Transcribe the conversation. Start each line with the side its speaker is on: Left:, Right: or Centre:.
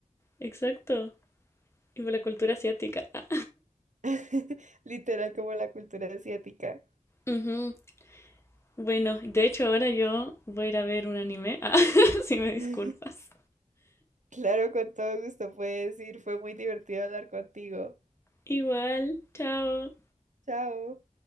Left: Exacto. y por la cultura asiática. Ah.
Right: <laughs> Literal como la cultura asiática.
Left: Ujú. Bueno, de hecho ahora yo voy a ir a ver un anime. Ah, <laughs> si me disculpas.
Right: <laughs> Claro, con todo gusto puedes ir, fue muy divertido hablar contigo.
Left: Igual, chao.
Right: Chao.